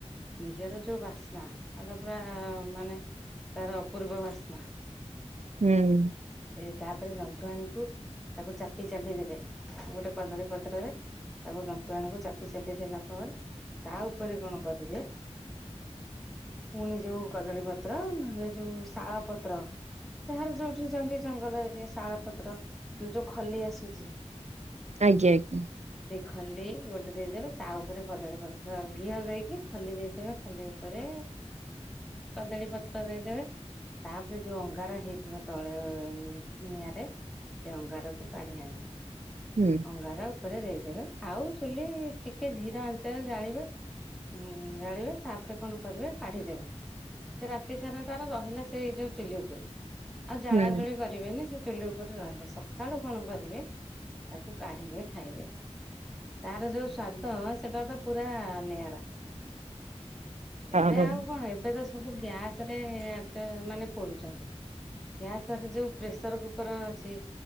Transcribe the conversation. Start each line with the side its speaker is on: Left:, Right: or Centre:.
Centre: ଘିଅର ଯୋଉ ବାସ୍ନା ମାନେ ପୁରା ମାନେ ତାର ଅପୂର୍ବ ବାସ୍ନା।
Right: ହୁଁ।
Centre: ସେ ତାପରେ ଜନ୍ତଣିକୁ ତାକୁ ଚାପି ଚାପି ଦେବେ ଗୋଟେ କଦଳୀ ପତ୍ରରେ ତାକୁ ଜନ୍ତଣିକୁ ଚାପି ଚାପି ଦେଲା ପରେ ତା ଉପରେ କଣ କରିବେ ପୁଣି ଯୋଉ କଦଳୀ ପତ୍ର ନହେଲେ ଯୋଉ ଶାଳ ପତ୍ର ଯାହାର ଯୋଉଠି ଯାନ୍ତି ଜଙ୍ଗଲ ଏ ଶାଳ ପତ୍ର ଯୋଉ ଖଲି ଆସୁଚି
Right: ଆଜ୍ଞା ଆଜ୍ଞା।
Centre: ସେ ଖଲି ଗୋଟେ ଦେଇଦେବେ ତା ଉପରେ କଦଳୀପତ୍ର ଘିଅ ଦେଇକି ଖଲି ଦେଇଦେବେ ଖଲି ଉପ ତା ପରେ କଦଳୀ ପତ୍ର ଦେଇଦେବେ। ତାପରେ ଯୋଉ ଅଙ୍ଗାର ହେଇଥିବ ତ ଳେ ନିଆଁରେ ସେ ଅଙ୍ଗାରକୁ କାଢି ଆଣିବେ
Right: ହୁଁ
Centre: ଅଙ୍ଗାର ରେ ଦେଇଦେବେ ଆଉ ଚୁଲି ଟିକେ ଧୀର ଆଞ୍ଚରେ ଜାଳିବେ ହୁଁ ଜାଳିବେ ତାପରେ କଣ କରିବେ କାଢିଦେବେ ସେ ରାତି ସାରା ତାର ରହିଲା ସେ ଏଇ ଯୋଉ ଚୁଲି ଉପରେ ଆଉ ଜାଳାଜୁଳି
Right: ହୁଁ
Centre: କରିବେନି ସେ ଚୁଲି ଉପରେ ରହି ସଖାଳୁ କଣ କରିବେ ତାକୁ କାଢିବେ ଖାଇବେ ତାର ଯୋଉ ସ୍ଵାଦ ସେଟା ତ ପୁରା ନିଆରା।
Right: ହଉ।
Centre: ଏବେ ଆଉ କଣ ଏବେ ତ ସବୁ ଗ୍ୟାସ ରେ ମାନେ ପୋଡୁଚନ୍ତି। ଗ୍ୟାସରେ ଯୋଉ ପ୍ରେସର କୁକର ଅଛି